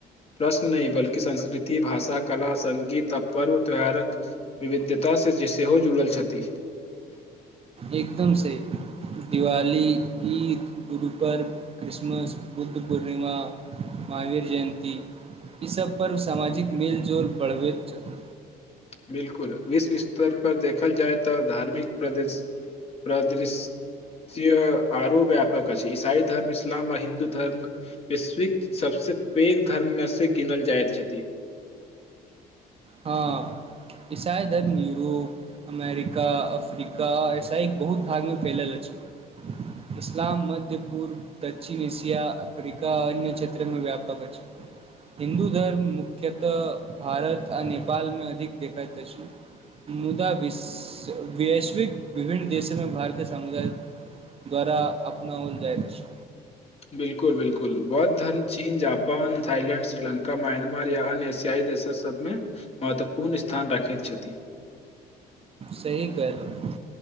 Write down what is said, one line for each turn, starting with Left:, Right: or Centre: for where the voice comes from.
Left: प्रश्न नहि बल्कि संस्कृति, भाषा, कला, सगीत आ पर्व त्योहारक विविधता से सेहो जुड़ल छथि।
Right: एकदम सही, दिवाली, ईद, गुरु पर्ब, क्रिसमस, बुद्ध पूर्णिमा, महावीर जयन्ती ईसभ पर्व सामाजिक मेल जोल बढ़बैत छथि।
Left: बिलकुल, विश्व स्तर पर देखल जाय त धार्मिक प्रदृश परिदृश्य आरो व्यापक अछि ईसाई धर्म, इस्लाम आ हिन्दु धर्म, वैश्विक सबसं पैघ धर्म मे गिनल जाइत छथि।
Right: हां, ईसाई धर्म यूरोप, अमेरिका, अफ्रीका आ ईसाई बहुत भागमे फैलल अछि, इस्लाम मध्य पूर्व, दक्षिण एशिया, अफ्रीका आ अन्य क्षेत्रमे व्यापक अछि हिन्दू धर्म मुख्यतः भारत आ नेपालमे अधिक देखैत अछि मुदा वैश्विक विभिन्न देशमे भारतीय समुदाय द्वारा अपनाओल जाइत अछि।
Left: बिलकुल बिलकुल, बौद्ध धर्म चीन, जापान, थाईलैंड, श्रीलंका, म्यानमार या अन्य एशियाई देश सभमे महत्वपूर्ण स्थान राखैत छथि।
Right: सही कहलहुं।